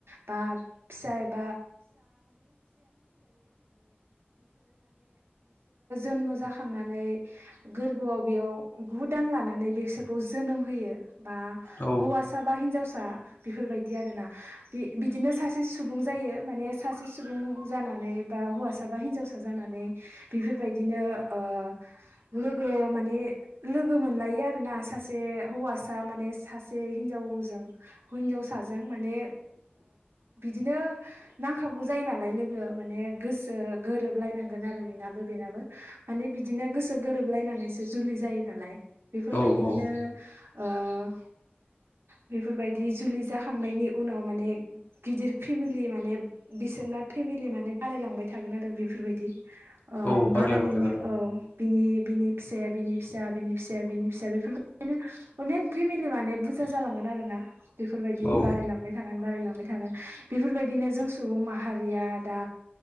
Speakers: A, on the right; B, on the left.
A: बा फिसा। <inaudible> जन्म जाखांनानै गोब्रोआव बेयाव गु दान लानानै। बिसोरखौ जोनोम होयो बा
B: औ
A: हौवासा बा हिनजावसा बेफोरबायदि आरो ना। बे बिदिनो सासे सुबुं। जायो माने सासे सुबुं जानानै बा हौवासा बा हिनजावसा जानानै बेफोरबायदिनो। ओ लोगो माने लोगो मोनलायो आरो ना। सासे हौवासा माने सासे हिनजावजों हिनजावसाजों माने। बिदिनो नांखागौ जायो नालाय लोगो माने गोसो गोरोबलायनांगोन आरो। बेनाबो बेनाबो माने बिदिनो गोसो गोरोबलायनानैसो जुलि जायो नालाय बेफोरबायदि।
B: औ
A: बिदिनो
B: औ
A: ओ। बेफोरबायदि जुलि जाखांनायनि उनाव माने गिदिर फेमिलि माने बिसोरना। फेमिलि माने बारायलांबाय थागोन आरो बेफोरबायदि। अ
B: औ बारायलांबाय
A: बारायनायनि
B: थागोन
A: औ बिनि बिनि फिसाया बिनि फिसा बिनि फिसाया बिनि फिसा। बेफोरबायदिनो अनेक फेमिलि माने बुरजा जालांगोन आरो ना बेफोरबायदि
B: औ
A: बारायलांबाय थागोन बाराय थाबाय थागोन बेफोरबायदिनो जों सुबुं माहारिया दा